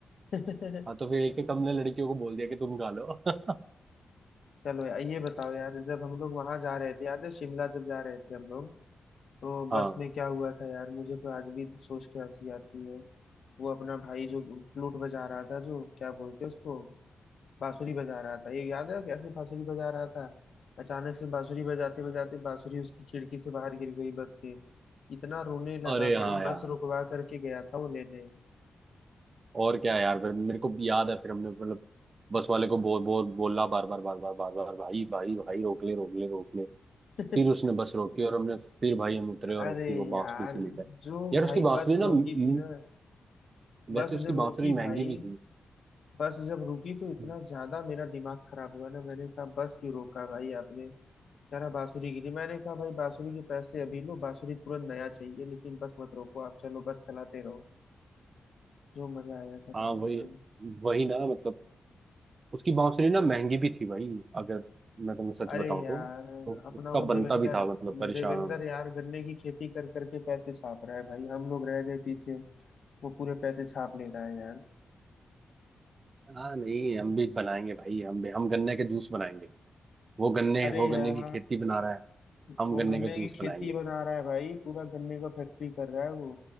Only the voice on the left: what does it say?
<laughs>
चलो यार ये बताओ यार जब हम लोग वहां जा रहे थे याद है शिमला जब जा रहे थे हम लोग तो बस
में क्या हुआ था यार मुझे तो आज भी सोच के हंसी आती है वो अपना भाई जो फ्लूट बजा रहा था जो क्या बोलते हैं उसको बांसुरी बजा रहा था ये याद है कैसे बांसुरी बजा रहा था अचानक से बांसुरी बजाते बजाते बांसुरी उसकी खिड़की से बाहर गिर गई बस के इतना रोने लगा
भाई
बस
रुकवा करके गया था वो लेने
<laughs>
अरे
यार
जो
भाई
बस
रोकी
थी ना
बस
जब
रुकी
भाई
बस जब रुकी तो इतना
ज्यादा मेरा दिमाग खराब हुआ ना मैंने कहा बस क्यों रोका भाई आपने कह रहा बांसुरी गिरी मैंने कहा भाई बांसुरी के पैसे अभी लो बांसुरी तुरंत नया चाहिए लेकिन बस मत रोको आप चलो बस चलाते रहो जो मजा आया था
भाई
साहब
अरे
यार
अपना
वो देवेंद्र
देवेंद्र
यार गन्ने की खेती कर करके पैसे छाप रहा है भाई हम लोग रह गए पीछे वो पूरे पैसे छाप ले रहा है यार
अरे
यार
वो
गन्ने
की
खेती
बना रहा है भाई पूरा गन्ने का फैक्ट्री कर रहा है वो